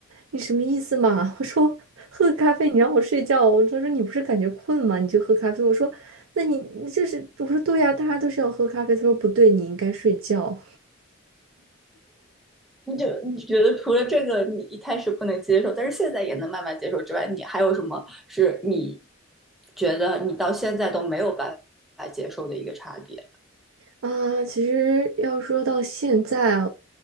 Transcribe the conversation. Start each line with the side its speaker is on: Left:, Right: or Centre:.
Right: 你什么意思嘛？我说喝个咖啡你让我睡觉。他说你不是感觉困吗？你就喝咖啡。我说那你就是我说对呀、大家都是要喝咖啡。他说不对，你应该睡觉。
Centre: 你就你觉得除了这个你一开始不能接受，但是现在也能慢慢接受之外，你还有什么是你觉得你到现在都没有办法接受的一个差别？
Right: 啊，其实要说到现在，